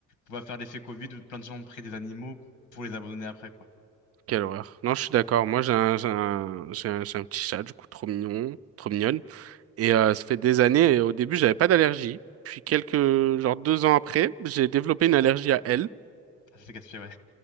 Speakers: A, on the left; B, on the right.
A: On va faire l'effet Covid où plein de gens ont pris des animaux pour les abandonner après, quoi.
B: Quelle horreur. Non, je suis d'accord. Moi, j'ai un, j'ai un, j'ai un, j'ai un petit chat, du coup, trop mignon, trop mignonne. Et euh, ça fait des années, et au début, j'avais pas d'allergie. Puis quelques, genre deux ans après, j'ai développé une allergie à elle.
A: Ça, c'est casse-pied, ouais.